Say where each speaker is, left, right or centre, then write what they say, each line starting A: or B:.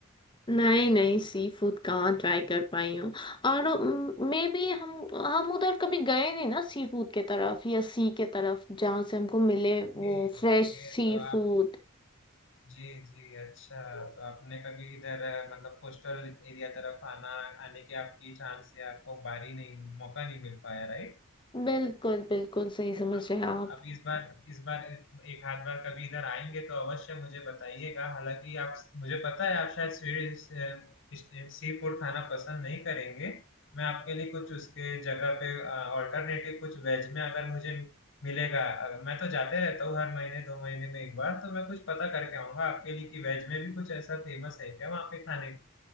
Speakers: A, on the left (about 20°); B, on the left (about 60°).
A: नहीं नहीं सी फूड कहाँ ट्राई कर पाई हूँ और मे भी हम हम उधर कभी गए नहीं ना सी फूड के तरफ या सी के तरफ जहाँ से हमको मिले वो
B: जी
A: फ्रेश
B: ओके
A: सी
B: तो आप
A: फूड
B: जी जी अच्छा तो आपने कभी इधर अ, मतलब कोस्टल एरिया तरफ आना आने के आपकी चांस या आपको बारी नहीं मौका नहीं मिल पाया राइट
A: बिल्कुल बिल्कुल सही समझ
B: अब
A: रहे हैं आप
B: अब इस बार इस बार एक आध बार कभी इधर आएंगे तो अवश्य मुझे बताइएगा हालांकि आप मुझे पता है आप शायद स्वीट सी फूड खाना पसंद नहीं करेंगे मैं आपके लिए कुछ उसके जगह पे ऑल्टरनेटिव कुछ वेज में अगर मुझे मिलेगा अ, मैं तो जाते रहता हूँ हर महीने दो महीने में एक बार तो मैं कुछ पता करके आऊंगा आपके लिए कि वेज में भी कुछ ऐसा फेमस है क्या वहाँ पे खाने